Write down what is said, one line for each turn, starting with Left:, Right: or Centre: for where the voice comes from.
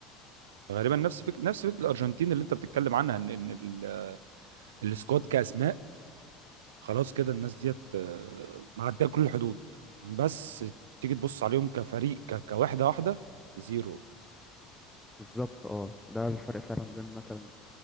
Right: غالبا نفس فكره نفس فكره الارجنتين اللي انت بتتكلم عنها ان ان ال- السكواد كاسماء خلاص كده الناس ديت آه، معديه كل الحدود بس تيجي تبص عليهم كفريق ك- كوحده واحده زيرو
Centre: بالظبط اه ده الفرق فعلا بين مثلا